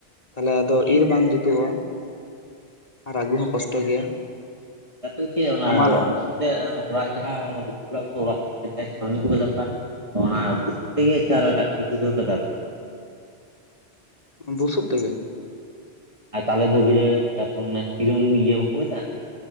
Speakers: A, on the left (about 35°); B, on the right (about 30°).
A: ᱛᱟᱦᱞᱮ ᱟᱫᱚ ᱤᱨ ᱵᱟᱝ ᱡᱩᱛᱩᱜᱼᱟ ᱟᱨ ᱟᱹᱜᱩ ᱦᱚᱸ ᱠᱚᱥᱴᱚ ᱜᱮᱭᱟ᱾
B: <inaudible> ᱚᱱᱟ
A: ᱦᱟᱢᱟᱞᱚᱜᱼᱟ
B: ᱵᱩᱥᱩᱯ ᱚᱲᱟᱜ ᱡᱟᱦᱟᱸ ᱵᱩᱥᱩᱵ ᱠᱚᱲᱟ ᱠᱚᱫᱚ ᱚᱲᱟᱜ ᱨᱮ ᱢᱮ ᱪᱷᱟᱣᱱᱤ ᱠᱚ ᱵᱮᱛᱟ ᱠᱚᱣᱟ ᱚᱱᱟ ᱵᱩᱥᱩᱵ ᱛᱮ ᱜᱮ ᱥᱮ ᱟᱨᱚ ᱮᱴᱟᱜ ᱠᱤᱪᱩ ᱫᱤᱭᱮ ᱦᱚ ᱯᱮ ᱫᱟᱯ ᱜᱮᱭᱟ
A: ᱵᱩᱥᱩᱵ ᱛᱮᱜᱮ
B: ᱟᱨ ᱛᱟᱞᱮ ᱵᱟᱹᱜᱲᱟᱹ ᱛᱟᱯᱚᱨ ᱚᱱᱟ ᱥᱤᱨᱚᱢ ᱤᱭᱟᱹ ᱵᱟᱠᱚ ᱢᱮᱛᱟᱜ